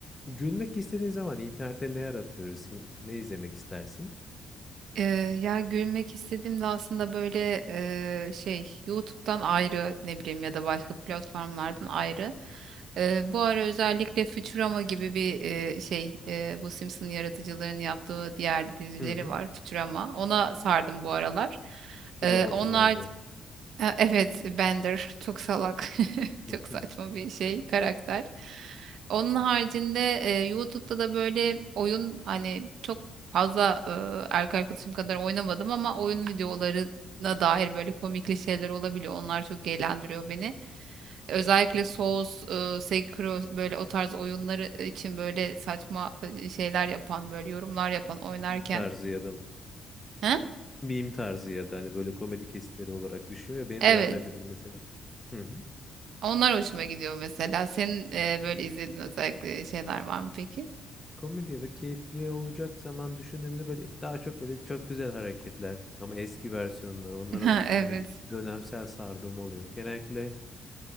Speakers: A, on the left (about 20°); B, on the right (about 70°).
A: Gülmek istediğin zaman internette ne arattırırsın? Ne izlemek istersin?
B: Ee, ya gülmek istediğimde aslında böyle e, şey YouTube'dan ayrı ne bileyim ya da başka platformlardan ayrı. Ee, bu ara özellikle Futurama gibi bir e, şey e, bu Simpson yaratıcıların yaptığı diğer dizileri
A: Hı hı.
B: var Futurama. Ona sardım bu aralar.
A: Şu
B: Ee,
A: robotun
B: onlar
A: olduğu.
B: Ha, Evet, Bender çok salak, <laughs>
A: <laughs>
B: çok saçma bir şey karakter. Onun haricinde e, YouTube'da da böyle oyun hani çok fazla e, erkek arkadaşım kadar oynamadım ama oyun videolarına dair böyle komikli şeyler olabiliyor. Onlar çok eğlendiriyor beni. Özellikle Souls, e, Sekiro böyle o tarz oyunları için böyle saçma e, şeyler yapan, böyle yorumlar
A: Meme
B: yapan oynarken.
A: meme tarzı ya da
B: Ha?
A: meme tarzı ya da hani böyle komedi kesitleri olarak düşüyor ya benim
B: Evet.
A: de ben de görüyorum mesela. Hı hı.
B: Onlar hoşuma gidiyor mesela. Senin e, böyle izlediğin özellikle şeyler var mı peki?
A: Komedi ya da keyifli olacak zaman düşündüğümde böyle daha çok böyle çok güzel hareketler ama eski versiyonları onlara
B: <laughs> Ha, evet.
A: hani dönemsel sardığım oluyor. Genellikle